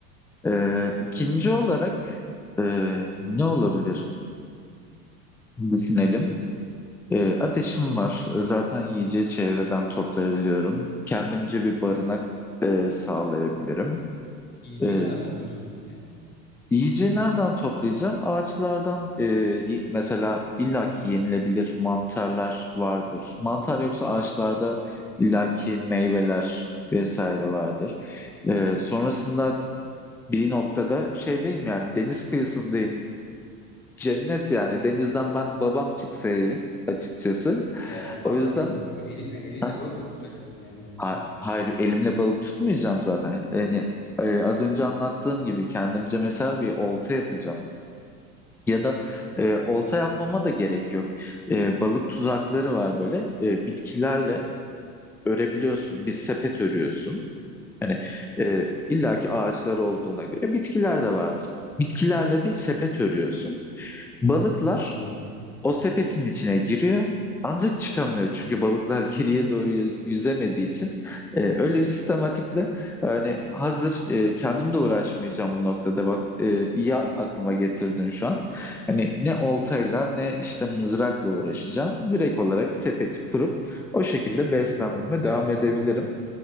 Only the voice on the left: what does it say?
Yiyeceği
nereden topluyorsun peki?
E, haklısın
da şimdi elinle elinle
balık mı tutacaksın yani?
Hı.
Anladım.
Hmm. Evet
anladım.